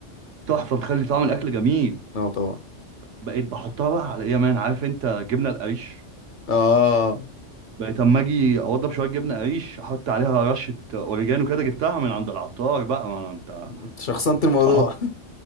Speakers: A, on the right; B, on the left.
A: تحفه بتخلي طعم الاكل جميل
B: اه طبعا
A: بقيت بحطها بقى على ايه يا مان عارف انت جبنه القريش
B: اه
A: بقيت اما اجي اوضب شويه جبنه قريش احط عليها رشه اوريجانو كده جبتها من عند العطار بقى ما انا انت
B: انت شخصنت الموضوع
A: احط